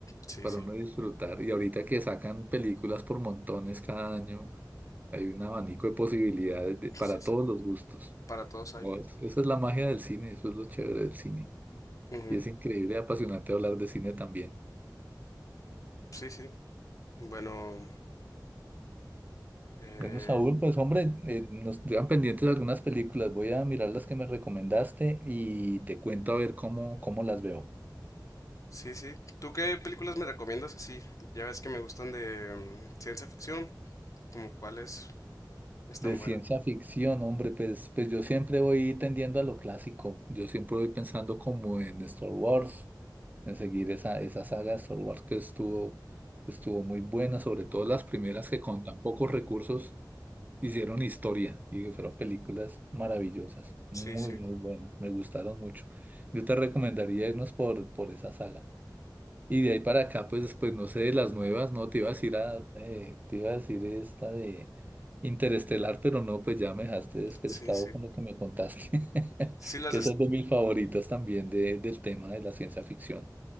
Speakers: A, on the left; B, on the right.
A: Sí,
B: para
A: sí,
B: uno disfrutar. Y ahorita que sacan películas por montones cada año, hay un abanico de posibilidades de- para
A: sí, sí,
B: todos los gustos.
A: para todos hay.
B: No, es- esa es la magia del cine, eso es lo chévere del cine.
A: Ujú,
B: Y es increíble y apasionante hablar de cine también.
A: Sí, sí. Bueno, eh,
B: Bueno, Saúl, pues hombre, eh, nos quedan pendientes algunas películas. Voy a mirar las que me recomendaste y te cuento a ver cómo, cómo las veo.
A: sí, sí. ¿Tú qué películas me recomiendas? Así, ya ves que me gustan de mm, ciencia ficción, como cuáles están
B: De ciencia
A: buenas.
B: ficción, hombre, pues, pues yo siempre voy tendiendo a lo clásico. Yo siempre voy pensando como en Star Wars, en seguir esa, esa saga de Star Wars que estuvo, estuvo muy buena, sobre todo las primeras que con tan pocos recursos hicieron historia y que fueron películas maravillosas, muy,
A: Sí, sí,
B: muy buenas, me gustaron mucho. Yo te recomendaría irnos por, por esa saga. Y de ahí para acá, pues después, no sé, de las nuevas, no, te iba a decir a, eh, te iba a decir esta de Interestelar, pero no, pues ya me dejaste descrestado
A: sí, sí.
B: con lo que me contaste, <laughs>
A: Sí, las
B: que
A: de...
B: esa
A: S-
B: es de mis favoritas también de, del tema de la ciencia ficción,